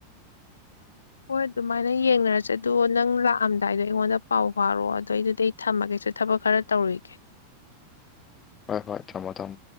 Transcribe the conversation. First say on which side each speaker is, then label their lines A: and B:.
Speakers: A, on the left; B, on the left.
A: ꯍꯣꯏ ꯑꯗꯨꯃꯥꯏꯅ ꯌꯦꯡꯅꯔꯁꯦ ꯑꯗꯣ ꯅꯪ ꯂꯥꯛꯑꯝꯗꯥꯏꯗꯣ ꯑꯩꯉꯣꯟꯗ ꯄꯥꯎ ꯐꯥꯎꯔꯛꯑꯣ ꯑꯗꯨꯏꯗꯨꯗꯤ ꯊꯝꯃꯒꯦꯁꯦ ꯊꯕꯛ ꯈꯔ ꯇꯧꯔꯨꯔꯤꯒꯦ
B: ꯍꯣꯏ ꯍꯣꯏ ꯊꯝꯃꯣ ꯊꯝꯃꯣ